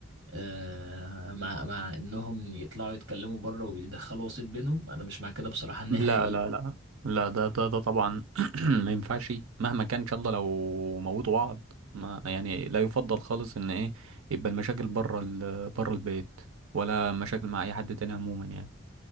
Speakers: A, on the right (about 60°); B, on the right (about 85°).
A: آه، مع مع انهم يطلعوا يتكلموا بره ويدخلوا وسيط بينهم انا مش مع كده بصراحة نهائي
B: لا لا لا لا ده ده ده طبعا <clears throat> ما ينفعش مهما كان ان شاء الله لو موتوا بعض ما يعني لا يفضل خالص ان ايه يبقى المشاكل بره ال بره البيت ولا مشاكل مع اي حد تاني عموما يعني